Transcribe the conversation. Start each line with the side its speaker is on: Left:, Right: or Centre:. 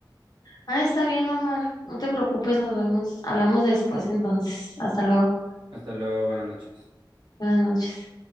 Left: Ah, está bien, Omar. No te preocupes, nos vemos. Hablamos después entonces. Hasta luego.
Right: Hasta luego, buenas noches.
Left: Buenas noches.